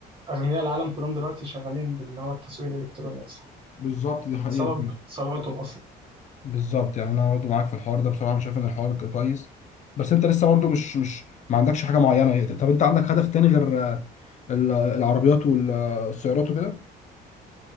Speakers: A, on the right (about 30°); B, on the left (about 45°).
A: اغنياء العالم كلهم دلوقتي شغالين باللي هو التسويق الالكتروني اصلا
B: بالظبط دي حقيقة
A: سبب ثروتهم اصلا
B: بالظبط يعني انا برضه معاك في الحوار ده بصراحه انا شايف ان الحوار ك- كويس بس انت لسه برضه مش مش ما عندكش حاجه معينه طب انت عندك هدف تاني غير آه، ال- العربيات والسيارات وكده